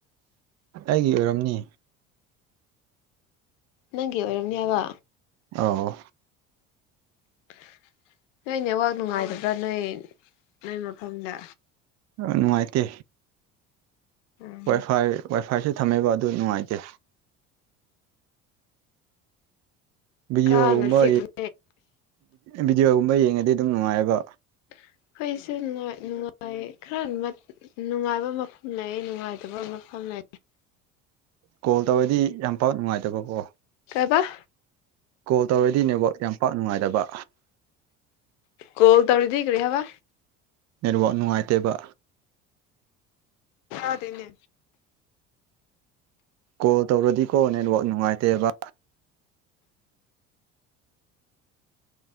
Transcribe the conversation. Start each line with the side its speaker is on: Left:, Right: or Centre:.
Right: ꯑꯩꯒꯤ ꯑꯣꯏꯔꯝꯅꯤ
Left: ꯅꯪꯒꯨ ꯑꯣꯏꯔꯝꯌꯥꯕ
Right: ꯑꯥ
Left: <inaudible> ꯅꯣꯏ ꯅꯦꯠꯋꯥꯛ ꯅꯨꯡꯉꯥꯏꯒꯕ꯭ꯔꯥ ꯅꯣꯏ ꯅꯣꯏ ꯃꯐꯝꯗ
Right: ꯅꯨꯡꯉꯥꯏꯇꯦ
Left: ꯎꯝ
Right: ꯋꯥꯏꯐꯥꯏ ꯋꯥꯏꯐꯥꯏꯁꯨ ꯊꯝꯃꯦꯕ ꯑꯗꯨ ꯅꯨꯡꯉꯥꯏꯇꯦ ꯚꯤꯗꯤꯑꯣꯒꯨꯝꯕ
Left: ꯀꯥꯡꯅ ꯆꯤꯛꯄꯅꯦ
Right: ꯚꯤꯗꯤꯑꯣꯒꯨꯝꯕ ꯌꯦꯡꯉꯗꯤ ꯑꯗꯨꯝ ꯅꯨꯡꯉꯥꯏꯑꯕ
Left: ꯑꯩꯈꯣꯏꯁꯨꯅꯨꯡꯥꯏ ꯅꯨꯡꯉꯥꯏ ꯈꯔ ꯅꯨꯡꯉꯥꯏꯕ ꯃꯐꯝ ꯂꯩ ꯅꯨꯡꯉꯥꯏꯇꯕ ꯑꯃ ꯐꯃꯦ
Right: ꯀꯣꯜ ꯇꯧꯔꯗꯤ ꯌꯥꯝ ꯐꯕ ꯅꯨꯡꯉꯥꯏꯇꯕꯀꯣ
Left: ꯇꯦꯕꯥꯛ
Right: ꯀꯣꯜ ꯇꯧꯔꯗꯤ ꯅꯦꯠꯋꯥꯛ ꯌꯥꯝ ꯄꯥꯛ ꯅꯨꯡꯉꯥꯏꯇꯕ
Left: ꯀꯣꯜ ꯇꯧꯂꯤꯗꯈꯔꯤ ꯍꯥꯏꯕ
Right: ꯅꯦꯠꯋꯥꯛ ꯅꯨꯡꯉꯥꯏꯇꯦꯕ
Left: ꯑꯗꯅꯦ
Right: ꯀꯣꯜ ꯇꯧꯔꯗꯤꯀꯣ ꯅꯦꯠꯋꯥꯛ ꯅꯨꯡꯉꯥꯏꯇꯦꯕ